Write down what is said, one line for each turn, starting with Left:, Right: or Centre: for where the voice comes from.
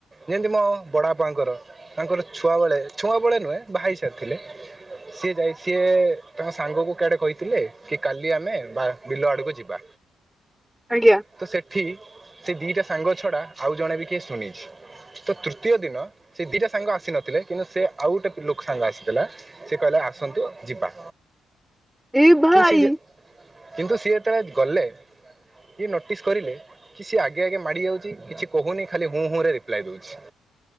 Right: ଯେମିତି ମୋ ବଡ଼ଆପାଙ୍କର ତାଙ୍କର ଛୁଆବେଳେ ଛୁଆ ବଳେ ନୁହେଁ ବା ହେଇ ସାରିଥିଲେ। ସିଏ ଯାଇ ସିଏ ତାଙ୍କ ସାଙ୍ଗକୁ କିଆଡେ କହିଥିଲେ କି କାଲି ଆମେ ବା ବିଲ ଆଡକୁ ଯିବା।
Centre: ଆଜ୍ଞା।
Right: ତ ସେଠି ସେ ଦୁଇଟା ସାଙ୍ଗ ଛଡ଼ା ଆଉ ଜଣେ ବି କିଏ ଶୁଣିଛି। ତ ତୃତୀୟ ଦିନ ସେ ଦିଇଟା ସାଙ୍ଗ ଆସିନଥିଲେ କିନ୍ତୁ ସେ ଆଉ ଗୋଟେ ଲୋକ ସାଙ୍ଗ ଆସିଥିଲା ସେ କହିଲା ଆସନ୍ତୁ ଯିବା
Centre: ଏ ଭାଇ
Right: କିନ୍ତୁ ସେ ଯେ କିନ୍ତୁ ସିଏ ଏତେବେଳେ ଗଲେ ସିଏ ନୋଟିସ୍ କରିଲେ। କି ସିଏ ଆଗେ ଆଗେ ମାଡି ଯାଉଛି କିଛି କହୁନି ଖାଲି ହୁଁ ହୁଁ ରେ ରିପ୍ଲାଏ ଦଉଛି।